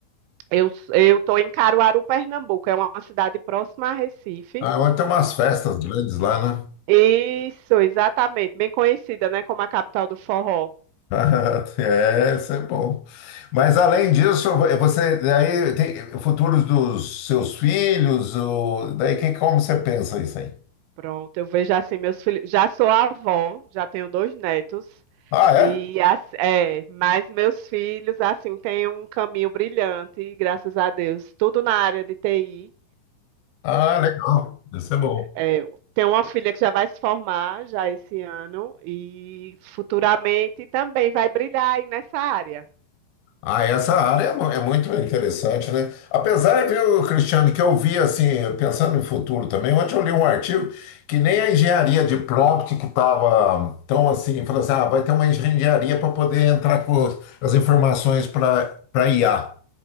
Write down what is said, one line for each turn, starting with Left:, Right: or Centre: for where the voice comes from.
Right: Eu eu tô em Caruaru, Pernambuco, é uma cidade próxima a Recife.
Left: Ah, onde tem umas festas grandes lá, né?
Right: Isso, exatamente, bem conhecida, né, como a capital do forró.
Left: Ah, <laughs> É, isso é bom. Mas além disso, você daí tem futuros dos seus filhos, o, daí que, como você pensa isso aí?
Right: Pronto, eu vejo assim meus filhos, já sou avó, já tenho dois netos
Left: Ah,
Right: e
Left: é?
Right: as- é, mas meus filhos assim têm um caminho brilhante, graças a Deus, tudo na área de TI.
Left: Ah, legal. Isso é bom.
Right: É, tenho uma filha que já vai se formar já esse ano e futuramente também vai brilhar aí nessa área.
Left: Ah, essa área é mu- é muito interessante, né? Apesar, viu, Cristiano, que eu vi assim, pensando no futuro também, ontem eu li um artigo que nem a engenharia de prompt que estava tão assim, falou assim, ah, vai ter uma engenharia para poder entrar com as informações para para IA.